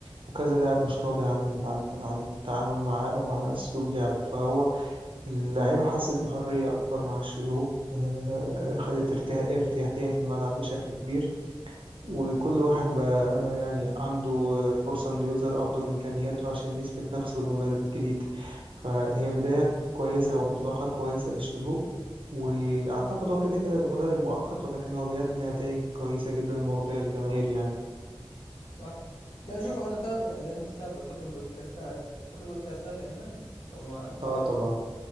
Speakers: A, on the right (about 65°); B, on the left (about 75°).
A: وكذا لاعب مش راضي عن عن عن التعامل معاه أو عن أسلوب لعبه فهو اللعيبة حست بحرية أكبر مع الشلهوب آه، خدت ارتها- ارتياحية في الملعب بشكل كبير وكل واحد بقى يعني عنده آه، فرصة إنه يظهر أفضل إمكانياته عشان يثبت نفسه للمدرب الجديد فهي بداية كويسة وانطلاقة كويسة للشلهوب وأعتقد هو كده كده مدرب مؤقت ولكن هو بيأدي نتائج كويسة جدا ومرضية للجماهير يعني
B: صح لا شوف انا تابع اذا انت تابع تحب البودكاستات تحب البودكاستات يا ايمن قبل ما
A: اه
B: تعم
A: طبعا